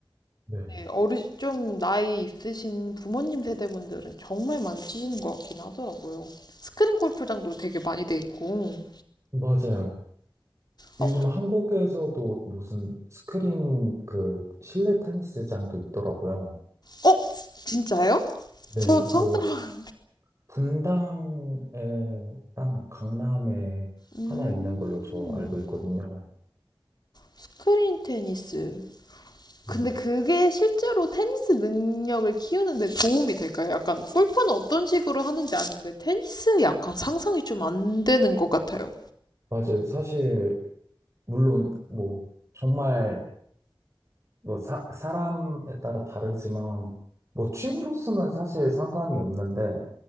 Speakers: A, on the right; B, on the left.
A: 네.
B: 어르 좀 나이 있으신 부모님 세대분들은 정말 많이 치시는 것 같긴 하더라고요. 스크린 골프장도 되게 많이 돼 있고.
A: 맞아요.
B: 어,
A: 요즘 한국에서도 무슨 스크린 그 실내 테니스장도 있더라고요.
B: 어, 진짜요?
A: 네,
B: 저 상담.
A: 뭐 분당에랑 강남에
B: 음,
A: 하나 있는 걸로 저 알고 있거든요.
B: 스크린 테니스.
A: 네.
B: 근데 그게 실제로 테니스 능력을 키우는데 도움이 될까요? 약간 골프는 어떤 식으로 하는지 아는데 테니스 약간 상상이 좀 안 되는 것 같아요.
A: 맞아요. 사실, 물론, 뭐, 정말, 뭐, 사, 사람에 따라 다르지만, 뭐, 취미로서는 사실 상관이 없는데,